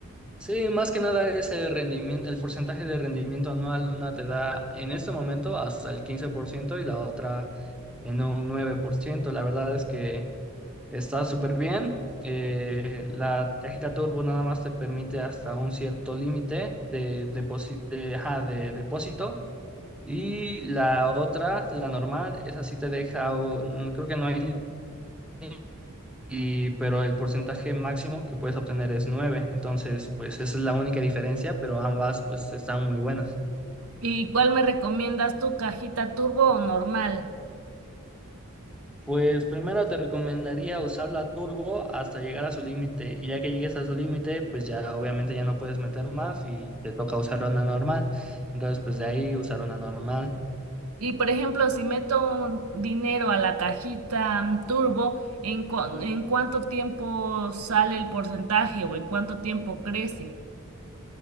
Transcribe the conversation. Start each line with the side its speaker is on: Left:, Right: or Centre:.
Centre: Sí, más que nada es el rendimiento, el porcentaje de rendimiento anual, una te da en este momento hasta el 15% y la otra en un 9%. La verdad es que está súper bien. Eh, la cajita Turbo nada más te permite hasta un cierto límite de, depósito de, ajá, de depósito y la otra, la normal, esa sí te deja, un- creo que no hay límite y pero el porcentaje máximo que puedes obtener es nueve Entonces, pues esa es la única diferencia, pero ambas pues están muy buenas.
Right: ¿Y cuál me recomiendas tú, cajita turbo o normal?
Centre: Pues primero te recomendaría usar la turbo hasta llegar a su límite y ya que llegues a su límite, pues ya obviamente ya no puedes meter más y te toca usar una normal. Entonces, pues de ahí usar una normal.
Right: Y por ejemplo, si meto un dinero a la cajita mm, turbo, ¿en, cua- en cuánto tiempo sale el porcentaje o en cuánto tiempo crece?